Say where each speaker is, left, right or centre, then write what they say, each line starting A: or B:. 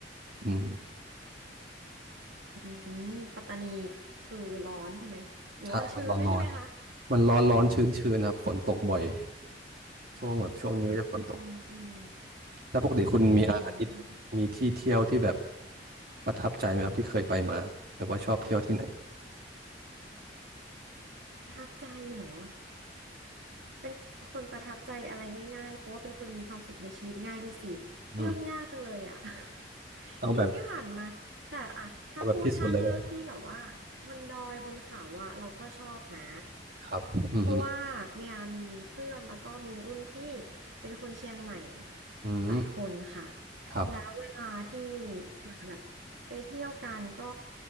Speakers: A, on the right; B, on the right.
A: อืม
B: อืม ปัตตานีคือร้อนใช่ไหม หรือว่ามันชื้นด้วยใช่ไหมคะ
A: ใช่มันร้อนร้อนมันร้อนๆชื้นๆครับฝนตกบ่อย ช่วงแบบช่วงนี้ก็จะฝนตก
B: อืม อืม
A: แล้วปกติคุณมีอาทิตย์มีที่เที่ยวที่แบบ
B: อืม
A: ประทับใจไหมครับที่เคยไปมาหรือว่าชอบเที่ยวที่ไหน
B: ประทับใจเหรอ เป็นคนประทับใจอะไรง่ายๆ เพราะว่าเป็นคนมีความสุขในชีวิตง่ายด้วยสิเลือกยากจังเลยอ่ะ
A: อืม
B: <laughs>
A: เอาแบบ
B: ที่ผ่านมาแต่อะถ้าพูดถ้าเรื่องที่แบบว่าบนดอยบนเขาอะเราก็ชอบนะ
A: เอาแบบที่สุดเลยก็ได้ครับอืมฮึ
B: เพราะว่าเมียมีเพื่อนแล้วก็มีรุ่นพี่เป็นคนเชียงใหม่
A: อืม
B: หลายคนค่ะ
A: ครับ
B: แล้วเวลาที่จะแบบ ไปเที่ยวกันก็